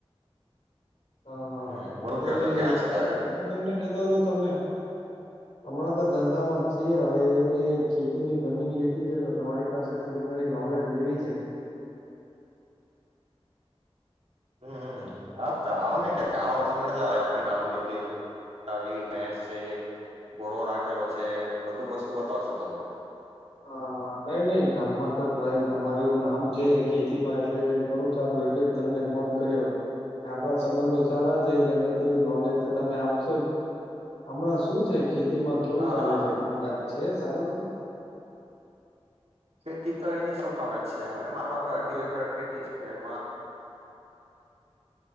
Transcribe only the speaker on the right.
હમ બરું
કયો છો ક્યાં છે
ત્યારે
હમ્મ હમ્મ હ તો આવને ક્યાંક ગવો તમને મજ આવે ગામની બધી ભેસ છે, ઘોડો રાખેલો છે, બધું વસ્તુ બતાવશું તમને.
હા
હા
ખેતી તો એની સૌ કામ જ છે એમ આપણા અઢી એકર ખેતી છે એમાં